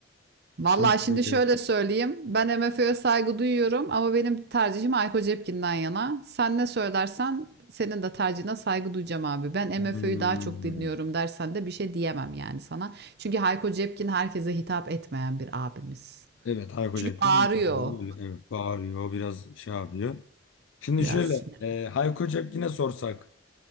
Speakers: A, on the right; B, on the left.
A: Vallahi
B: Şimdi
A: şimdi şöyle söyleyeyim. Ben MFÖ'ye saygı duyuyorum ama benim tercihim Ayko Cepkin'den yana. Sen ne söylersen senin de tercihine saygı duyacağım abi. Ben
B: hmm,
A: MFÖ'yü daha çok dinliyorum dersen de bir şey diyemem yani sana. Çünkü Hayko Cepkin herkese hitap etmeyen bir abimiz.
B: evet Hayko
A: Çünkü
B: Cepkin
A: bağırıyor
B: biraz da öyle evet bağırıyor biraz şey yapıyor. Şimdi
A: biraz
B: şöyle
A: sinir.
B: e, Hayko Cepkin'e sorsak